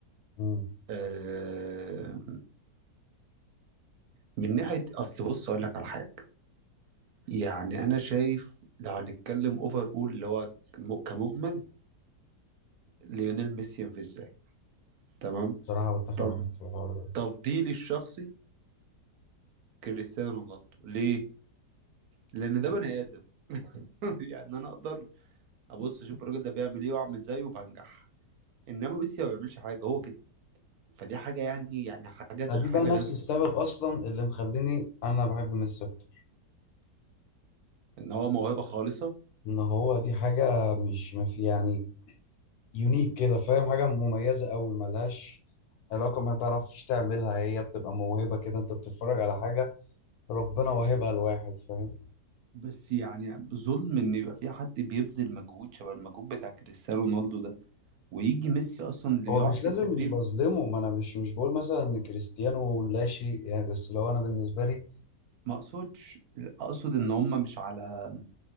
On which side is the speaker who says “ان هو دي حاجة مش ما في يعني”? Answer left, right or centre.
Left